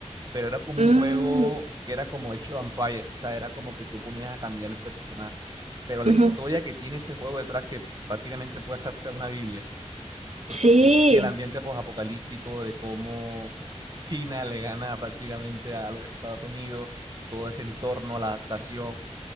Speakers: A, on the right (about 35°); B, on the right (about 65°).
A: pero era como
B: Mm,
A: un juego que era como hecho Empire. O sea, era como que tú ponías a caminar el personaje. Pero la
B: ujú.
A: historia que tiene ese juego detrás, que prácticamente puede ser hasta una Biblia. Porque,
B: Sí.
A: y, y el ambiente posapocalíptico de cómo China le gana prácticamente a los Estados Unidos, todo ese entorno, la adaptación.